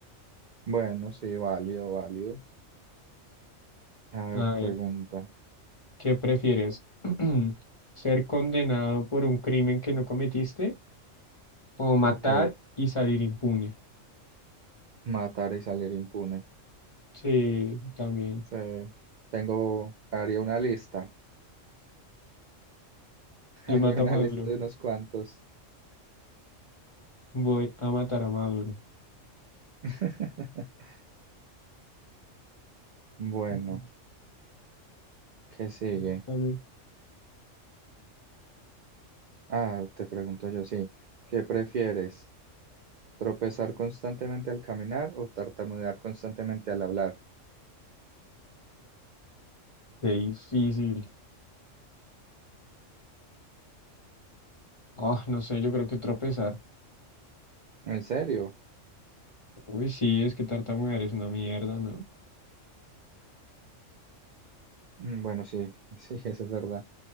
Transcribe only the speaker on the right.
bueno, sí, válido, válido. A ver,
pregunta.
Ok,
matar y salir impune.
Sí, tengo, haría una lista, <laughs>
haría
una
lista de unos cuantos.
<laughs> Bueno,
¿qué sigue?
Ah, te pregunto yo, sí. ¿Qué prefieres? ¿Tropezar constantemente al caminar o tartamudear constantemente al hablar?
¿En serio?
Mm, Bueno, sí, sí, <laughs> eso es verdad.